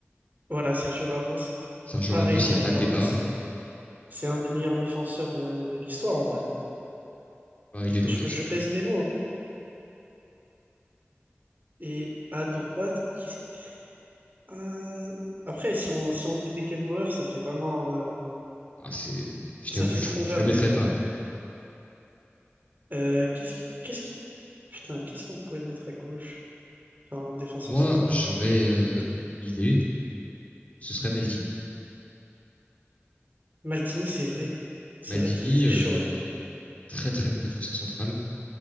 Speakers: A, on the right (about 45°); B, on the left (about 35°).
A: Voilà, Sergio Ramos.
B: Sergio
A: Pareil,
B: Ramos, il
A: Sergio
B: n'y a pas
A: Ramos,
B: de débat.
A: il- c'est un des meilleurs défenseurs euh, de l'histoire, en vrai.
B: Bah, il est dans
A: Je,
B: le top
A: je
B: cinq.
A: pèse mes mots. hein. Et à droite, qu'est-ce que- euh, Après, si on, si on dit Beckenbauer, ça fait vraiment... euh,
B: Ah, c'est, je t'avoue,
A: ça fait
B: je,
A: prouveur
B: je le mettrais
A: un peu.
B: pas.
A: Euh, qu'est-ce qui- qu'est-ce qui... Putain, qu'est-ce qu'on pourrait mettre à gauche? Enfin, en défenseur
B: Moi,
A: central
B: j'aurais
A: à gauche.
B: euh, une idée, ce serait Maldini.
A: Maldini, c'est vrai. C'est
B: Maldini,
A: vrai qu'il était
B: euh,
A: chaud. hein.
B: très très bon défenseur central.